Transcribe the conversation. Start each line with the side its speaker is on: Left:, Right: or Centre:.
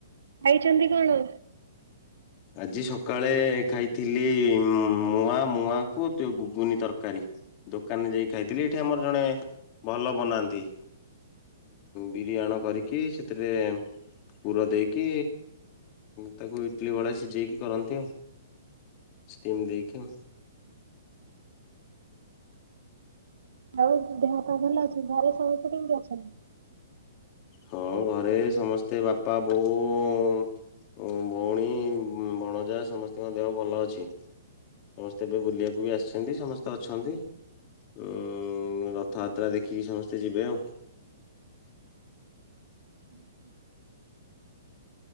Right: ଖାଇଛନ୍ତି କଣ?
Left: ଆଜି ସକାଳେ ଖାଇଥିଲି ମୁଁ ମୁଆଁ ମୁଆଁକୁ ଗୁଗୁନି ତରକାରୀ। ଦୋକାନରେ ଯାଇକି ଖାଇଥିଲି ଏଇଠି ଆମର ଜଣେ ଭଲ ବନାନ୍ତି। ବିରି ଆଣ କରିକି ସେଥିରେ ପୁର ଦେଇକି ତାକୁ ଇଟଲି ଭଳିଆ ସିଜେଇକି କରନ୍ତି ଆଉ ଷ୍ଟିମ୍ ଦେଇକି।
Right: ଆଉ ଦେହ ପାଅ ଭଲ ଅଛି ଘରେ ସମସ୍ତେ କେମିତି ଅଛନ୍ତି?
Left: ହଁ ଘରେ ସମସ୍ତେ ବାପା, ବୋଉ ବଉଣୀ ଭଣଜା ସମସ୍ତଙ୍କ ଦେହ ଭଲ ଅଛି। ସମସ୍ତେ ଏବେ ବୁଲିଆକୁ ବି ଆସିଛନ୍ତି ସମସ୍ତେ ଅଛନ୍ତି। ଉଁ ରଥଯାତ୍ରା ଦେଖିକି ସମସ୍ତେ ଯିବେ ଆଉ।
Right: <inaudible>